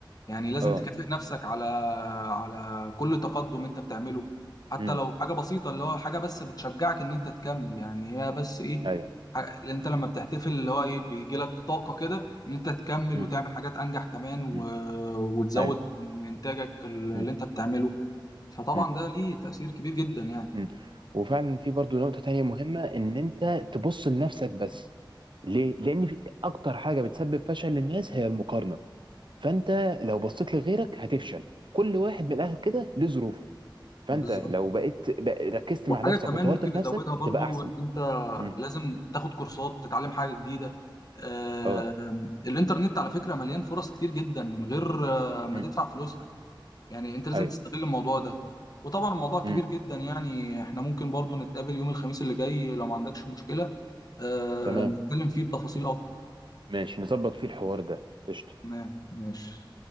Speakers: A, on the left; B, on the right.
A: يعني لازم
B: اه
A: تكافئ نفسك على على كل تقدم انت بتعمله حتى
B: امم
A: لو حاجة بسيطة اللي هو حاجة بس بتشجعك ان انت تكمل يعني هي بس ايه
B: ايوه
A: ح- اللي انت لما بتحتفل اللي هو ايه بيجي لك طاقة كده ان انت تكمل
B: امم
A: وتعمل حاجات انجح كمان
B: امم
A: و... وتزود
B: ايوه
A: من انتاجك اللي
B: امم
A: انت بتعمله فطبعا
B: امم
A: ده ليه تأثير كبير جدا يعني
B: امم وفعلا في برضو نقطة تانية مهمة ان انت تبص لنفسك بس ليه؟ لان في اكتر حاجة بتسبب فشل للناس هي المقارنة فانت لو بصيت لغيرك هتفشل كل واحد من الاخر كده له ظروفه فانت
A: بالظبط
B: لو بقيت بق- ركزت
A: وحاجة
B: مع نفسك
A: كمان
B: وطورت
A: ممكن
B: في
A: نزودها
B: نفسك
A: برضو
B: هتبقى احسن
A: ان انت
B: امم
A: لازم تاخد كورسات تتعلم حاجة جديدة آه،
B: اه
A: الانترنت على فكرة مليان فرص كتير جدا من غير آه، ما
B: امم
A: تدفع فلوسها يعني انت لازم
B: ايوه
A: تستغل الموضوع ده وطبعا الموضوع كبير
B: امم
A: جدا يعني احنا ممكن برضو نتقابل يوم الخميس اللي جاي لو ما عندكش مشكلة آه،
B: تمام
A: نتكلم فيه بتفاصيل اكتر
B: ماشي نظبط فيه الحوار ده قشطة
A: تمام ماشي